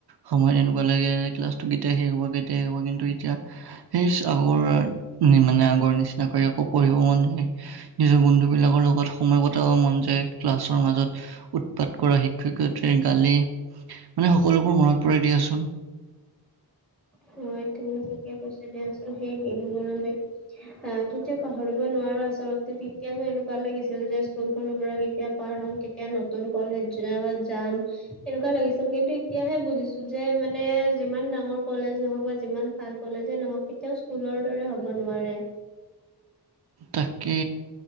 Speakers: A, on the right (about 70°); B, in the centre.
A: সময়ত তেনেকুৱা লাগে ক্লাছটো কেতিয়া শেষ হ'ব কেতিয়া শেষ হ'ব কিন্তু এতিয়া সেই আগৰ মানে আগৰ নিচিনাকৈ আকৌ পঢ়িব মন যায়। নিজৰ বন্ধু বিলাকৰ লগত সময় কটাব মন যায় ক্লাছৰ মাজত। উৎপাত কৰা, শিক্ষক-শিক্ষয়ত্ৰী গালি মানে সকলোবোৰ মনত পৰে দিয়াচোন।
B: হয়, তুমি ঠিকে কৈছা দিয়াচোন। সেই দিনবোৰ আমি আহ' কেতিয়াও পাহৰিব নোৱাৰো। আচলতে তেতিয়াতো এনেকুৱা লাগিছিল যে স্কুল খনৰপৰা কেতিয়া পাৰ হ'ম, কে তিয়া নতুন কলেজ য' যাম। সনেকুৱা লাগিছিল। কিন্তু এতিয়াহে বুজিছোঁ যে মানে যিমান ডাঙৰ কলেজ নহওক বা যিমান ভাল কলেজে নহওক, কেতিয়াও স্কুলৰ দৰে হ'ব নোৱাৰে।
A: তাকে,